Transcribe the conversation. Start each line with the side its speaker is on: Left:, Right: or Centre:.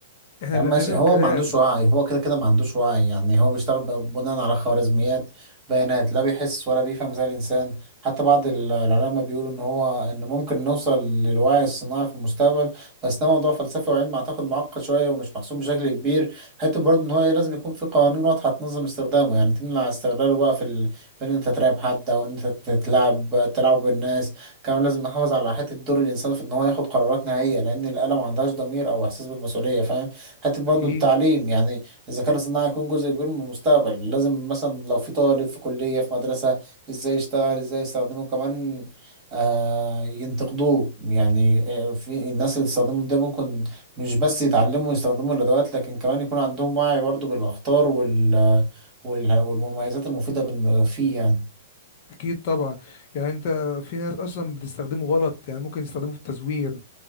Left: احنا
Right: يا
Left: اللي
Right: عم ماشي
Left: مقامينه
Right: هو
Left: الكلام
Right: ما عندوش وعي هو كده كده ما عندوش وعي يعني هو بيشتغل ب- بناء على خوارزميات بيانات لا بيحس ولا بيفهم زي الإنسان حتى بعض ال- العلماء بيقولوا إن هو إن ممكن نوصل للوعي الصناعي في المستقبل بس ده موضوع فلسفي وعلم أعتقد معقد شوية ومش محسوم بشكل كبير حتى برضه إن هو إيه، لازم يكون في قوانين واضحة تنظم استخدامه يعني تمنع استغلاله بقى في ال... في إن أنت تراقب حد أو إن أنت تتلعب تلعب بالناس كمان لازم نحافظ على حتة دور الإنسان في إن هو ياخد قرارات نهائية لأن الآلة ما عندهاش ضمير أو إحساس بالمسؤولية فاهم حتة برضه
Left: اكيد
Right: التعليم يعني الذكاء الاصطناعي هيكون جزء كبير من المستقبل لازم مثلا لو في طالب في كلية في مدرسة ازاي يشتغل ازاي يستخدمه كمان آه ينتقدوه يعني آه، في الناس اللي تستخدمه ده ممكن مش بس يتعلموا ويستخدموا الأدوات لكن كمان يكون عندهم وعي برضه بالأخطار وال وال- والمميزات المفيدة بال- فيه يعني
Left: اكيد طبعا يعني انت في ناس اصلا بتستخدمه غلط يعني ممكن يستخدمه في التزوير